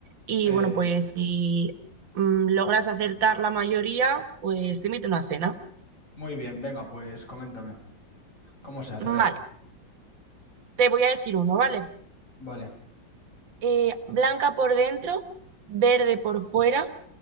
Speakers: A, on the right; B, on the left.
A: Y
B: Eh,
A: bueno, pues si mm, logras acertar la mayoría, pues te invito a una cena.
B: muy bien, venga, pues coméntame. ¿Cómo se hace?
A: Vale,
B: A ver,
A: te voy a decir uno, ¿vale?
B: vale.
A: Eh, blanca por dentro, verde por fuera.